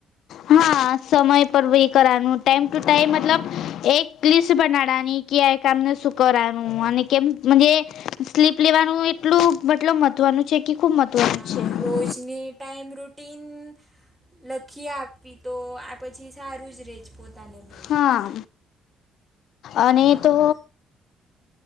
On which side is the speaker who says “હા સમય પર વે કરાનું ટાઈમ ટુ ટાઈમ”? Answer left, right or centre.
Left